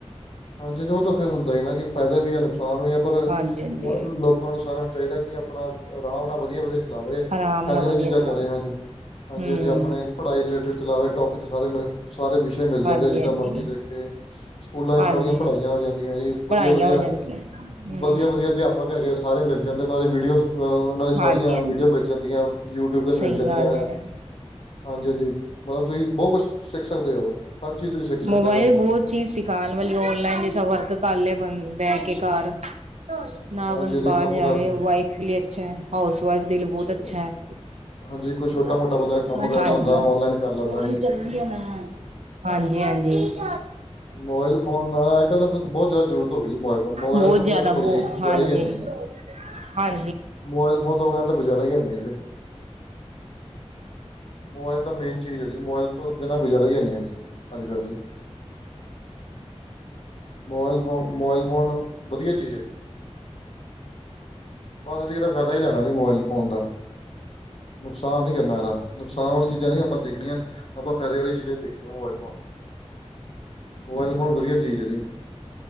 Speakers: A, on the left; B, on the right.
A: ਹਾਂਜੀ, ਉਹ ਤਾਂ ਫੇਰ ਹੁੰਦਾ ਹੀ ਨਾ ਕਿ ਫਾਇਦਾ ਵੀ ਐ ਨੁਕਸਾਨ ਾਨ ਵੀ ਆ ਪਰ ਅ
B: ਹਾਂਜੀ ਹਾਂਜੀ
A: ਲੋਕਾਂ ਨੂੰ ਸਾਰਿਆਂ ਨੂੰ ਚਾਹੀਦਾ ਕਿ ਆਪਣਾ ਆਰਾਮ ਨਾਲ ਵਧੀਆ ਵਧੀਆ ਚਲਾਵੇ
B: ਆਰਾਮ
A: ਫਾਇਦੇ
B: ਨਾਲ
A: ਵਾਲੀ
B: ਵਧੀਆ
A: ਚੀਜ਼ਾਂ
B: ਚਲਾਵੇ
A: ਕਰ ਰਹੇ ਹਾਂਜੀ-ਹਾਂਜੀ-ਹਾਂਜੀ,
B: ਹਮ
A: ਆਪਣੇ ਪੜ੍ਹਾਈ ਰਿਲੇਟਿਡ ਚਲਾਵੇ ਟੋਪ ਸਾਰੇ ਮਿਲ ਸਾਰੇ ਵਿਸ਼ੇ ਮਿਲ ਜਾਂਦੇ
B: ਹਾਂਜੀ
A: ਆ, ਜਿੱਦਾਂ
B: ਹਾਂਜੀ
A: ਮਰਜੀ ਦੇਖੇ ਸਕੂਲਾਂ ਵਿੱਚ
B: ਹਾਂਜੀ
A: ੀਆਂ ਪੜ੍ਹਾਈਆਂ ਹੋ ਜਾਂਦੀਆਂ ਜੀ
B: ਪੜ੍ਹਾਈਆਂ
A: ਵਧੀਆ ਵਧੀਆ
B: ਹੋ ਜਾਂਦੀਆਂ ਹਮ
A: ਵਧੀਆ ਵਧੀਆ ਅਧਿਆਪਕ ਹੈਗੇ ਆ ਸਾਰੇ ਮਿਲ ਜਾਂਦੇੇ ਵੀਡੀਓ ਨਾਲ ਦੀ ਸਾਰੀਆਂ
B: ਹਾਂਜੀ ਹਾਂਜੀ
A: ਵੀਡੀਓ ਮਿਲ ਜਾਂਦੀਆਂ ਯੂਟਿਊਬ ਤੇ
B: ਸਹੀ
A: ਮਿਲ ਜਾਂਦੀਆਂ।
B: ਗੱਲ ਹੈ
A: ਹਾਂਜੀ- ਹਾਂਜੀ। ਮਤਲਬ ਤੁਸੀਂ ਬਹੁਤ ਕੁਛ ਸਿੱਖ ਸਕਦੇ ਹੋ। ਹਰ ਚੀਜ਼ ਤੁਸੀਂ ਸਿੱਖ ਸਕਦੇ
B: ਮੋਬਾਇਲ
A: ਹੋ
B: ਬਹੁਤ ਚੀਜ਼ ਸਿਖਾਉਣ ਵਾਲੀ ਹੋ ਜ ਸ ਵਰਕ ਕਰ ਲਿਆ ਬ ਬਹਿ ਕੇ ਘਰ ਨਾ
A: ਹਾਂਜੀ
B: ਬ
A: ਹਾਂਜੀ
B: ਬਾਹਰ
A: ਕੰਮ
B: ਜਾਵੇ
A: ਕਰ
B: ਵਾਈਫ ਲਈ ਅੱਛਾ ਹੈ। ਹਾਊਸ ਵਾਈਫ ਦੇ ਲਈ
A: ਸਕਦੇ।
B: ਬਹੁਤ ਅੱਛਾ ਹੈ।
A: ਹਾਂਜੀ ਕੋਈ ਛੋਟਾ
B: ਹਾਂਜੀ,
A: ਮੋਟਾ ਬੰਦੇ ਨੇ ਕੰਮ ਕਰਨਾ ਹੁੰਦਾ ਔਨਲਾਈਨ ਕਰ ਲੈਂਦਾ
B: ਚੱਲਦੀ
A: ਜੀ।
B: ਹਾਂਜੀ। ਜੀ ਹਾਂਜੀ।
A: ਮੋਬਾਇਲ ਫੋਨ ਦਾ ਅੱਜ ਕੱਲ ਬਹੁਤ ਜ਼ਿਆਦਾ ਜ਼ਰੂਰਤ ਹੋ ਗਈ ਜੀ ਮੋਬਾਇਲ ਤੋਂ ਮੋਬਾਇਲ
B: ਬਹੁਤ
A: ਤੋਂ ਬਿਨਾਂ
B: ਜ਼ਿਆਦਾ
A: ਤਾਂ ਗੁਜ-
B: ਬਹੁ
A: ਗੁਜ਼ਾਰਾ
B: ਹਾਂਜੀ
A: ਹੀ ਨਹੀਂ ਜੀ।
B: <inaudible> ਹਾਂਜੀ।
A: ਮੋਬਾਇਲ ਫੋਨ ਤੋਂ ਬਿਨਾਂ ਤਾਂ ਗੁਜ਼ਾਰਾ ਹੀ ਹੈ ਨਹੀਂ । ਮੋਬਾਇਲ ਤਾਂ ਮੇਨ ਚੀਜ਼ ਹੈ ਜੀ, ਮੋਬਾਇਲ ਤੋਂ ਬਿਨਾਂ ਗੁਜ਼ਾਰਾ ਹੀ ਹੈ ਨੀ ਅੱਜ ਕੱਲ ਜੀ। ਮੋਬਾਇਲ ਫੋਨ, ਮੋਬਾਇਲ ਫੋਨ ਵਧੀਆ ਚੀਜ਼ ਹੈ ਜੀ। ਬਸ ਅਸੀਂ ਇਹਦਾ ਫਾਇਦਾ ਹੀ ਲੈਣਾ ਸੀ ਮੋਬਾਇਲ ਫੋਨ ਦਾ ਨੁਕਸਾਨ ਨੀ ਕਰਨਾ ਯਾਰ ਨੁਕਸਾਨ ਵਾਲੀ ਚੀਜ਼ਾਂ ਨੀ ਆਪਾਂ ਦੇਖਣੀਆਂ, ਆਪਾਂ ਫਾਇਦੇ ਵਾਲੀ ਚੀਜ਼ਾਂ ਹੀ ਦੇਖਣੀਆਂ ਮੋਬਾਈਲ ਫੋਨ ਦੀਆਂ ਮੋਬਾਇਲ ਫੋਨ ਵਧੀਆ ਚੀਜ਼ ਹੈ ਜੀ।